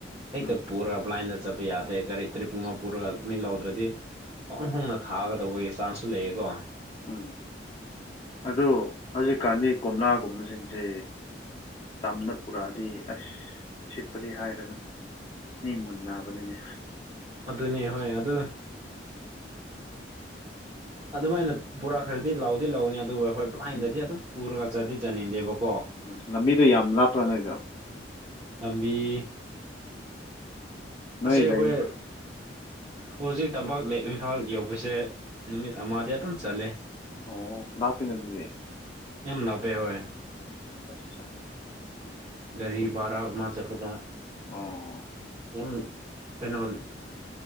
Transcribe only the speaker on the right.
ꯍꯦꯛꯇ
ꯄꯨꯔꯒ ꯕ꯭ꯂꯥꯏꯟꯗ ꯆꯠꯄ ꯌꯥꯗꯦ ꯒꯥꯔꯤ ꯇꯔꯤꯞ ꯑꯃ ꯄꯨꯔꯒ ꯃꯤ ꯂꯧꯗ꯭ꯔꯗꯤ ꯄꯪꯍꯣꯡꯅ ꯊꯥꯒꯗꯧꯕꯒꯤ ꯆꯥꯟꯁꯁꯨ ꯂꯩꯌꯦꯀꯣ
ꯑꯗꯨꯅꯦ ꯍꯣꯏ ꯑꯗꯨ ꯑꯗꯨꯃꯥꯏꯅ ꯄꯨꯔꯛꯈ꯭ꯔꯗꯤ ꯂꯥꯎꯗꯤ ꯂꯧꯎꯅꯤ ꯑꯗꯨꯕꯨ ꯑꯩꯈꯣꯏ ꯕ꯭ꯂꯥꯏꯟꯗꯗꯤ
ꯑꯗꯨꯝ ꯄꯨꯔꯒ ꯆꯠꯗꯤ ꯆꯠꯅꯤꯡꯗꯦꯕꯀꯣ
ꯂꯝꯕꯤ
ꯑꯁꯤ ꯑꯩꯈꯣꯏ
ꯍꯧꯖꯤꯛ ꯇꯝꯄꯥꯛ ꯂꯦꯛ ꯏꯝꯐꯥꯜ ꯌꯧꯕꯁꯦ ꯅꯨꯃꯤꯠ ꯑꯃꯗꯤ ꯑꯗꯨꯝ ꯆꯠꯂꯦ
ꯌꯥꯝ ꯂꯥꯞꯕꯦ ꯍꯣꯏ
ꯒꯥꯔꯤ ꯚꯔꯥ ꯑꯃ ꯆꯠꯄꯗ
ꯌꯥꯝ ꯀꯩꯅꯣ